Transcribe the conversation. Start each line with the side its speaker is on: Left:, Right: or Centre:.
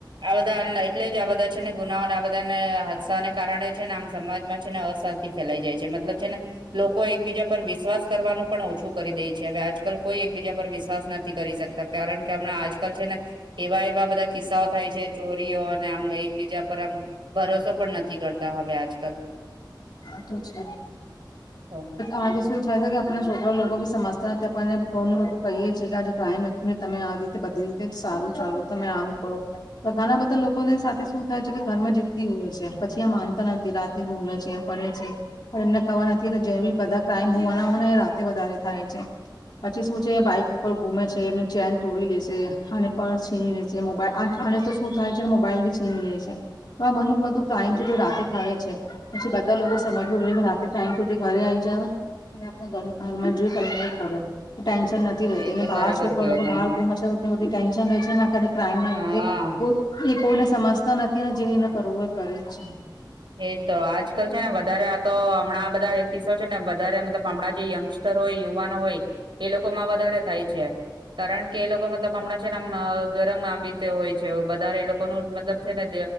Right: આ બધા એટલે જ આ બધા છે ને ગુનાઓને આ બધા ને હાદસાને કારણે છે ને આમ સમાજમાં છે ને અશાંતિ ફેલાઈ જાય છે. મતલબ છે ને લોકો એકબીજા પર વિશ્વાસ કરવાનું પણ ઓછું કરી દે છે હવે આજકાલ કોઈ એકબીજા પર વિ શ્વાસ નથી કરી શકતા કારણ કે કેમણા આજ કલ છે ને એવા એવા બધા કિસ્સાઓ થાય છે ચોરીઓ અને આમ એકબીજા પર આમ ભરોસો પણ ન નથી કરતા હવે આજ
Left: આ તો છે.
Right: તો
Left: આજ શું થાય છે કે આપડા છોકરા લોકો સમજતા નથી. આપણને ઘણુ બધું કહીએ છીએ કે આજે ક્રાઈઇ નું ને તમે આ રીતે બધી રીતે સારું ચાલો. તમે આમ કરો. ઘણા બધા લોકોને સાથે શું થાય છે કે ઘરમાં જીદી હોય છે. પછી આ માનતા નથી રાત તે ગૂમે છે. ફરેે છે. પણ એમને ખબર નથી જે બી બધા ક્રાઇમ હોવાના હોયને એ રાતે વધારે થાય છે. પછી શું છે બાઈક ઉપર ગુમે છે એમની ચેન તોડી લેશે અને પર્સ છીણી લેશે. મોબાઈલ આને તો શું થાય છે કે મોબાઈલ બી છીણી લે છે તો આ ઘણું બધું ક્રાઈમ છે. તો રાતે થાય છે. પછી બધા લોકો સમજવુ જોઈએ કે રાતે ટાઈમ સુધી ઘરે આવી જવાય અને આપને ઘરમાં જે કરવુ હોય એ કરે. ટેન્શન નથી રેતી
Right: એ તો
Left: ને બહાર
Right: બરાબર
Left: છોકરા
Right: કયો
Left: લોકો
Right: તમે
Left: બહાર ઘૂમે છે. બધી બધી ટેન્શને રે છે ને અતારે ક્રાઈમના
Right: હા
Left: લીધે કોઈ સમજતા નથી ને જેને કરવું એ કરે જ છે
Right: એતો આજકાલ છે ને વધારે આ તો હમણાં બધા કિસ્સાો છે ને વધારે મતલબ હમણાં જે યંગસ્ટર હોય યુવાનો હોય એ લોકોમાં વધારે થાય છે કારણ કે એ લોકો મતલબ હમણાં છેને ગરમ આવી રીતે હોય છે વધારે એ લોકોનું મતલબ છે ને